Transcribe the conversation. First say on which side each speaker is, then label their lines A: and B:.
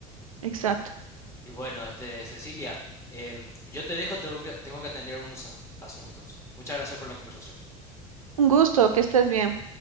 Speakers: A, on the right (about 85°); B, on the left (about 15°).
A: Exacto.
B: Y bueno, este, Cecilia, em, yo te dejo, tengo que, tengo que atender unos asun- asuntos. Muchas gracias por la conversación.
A: Un gusto, que estés bien.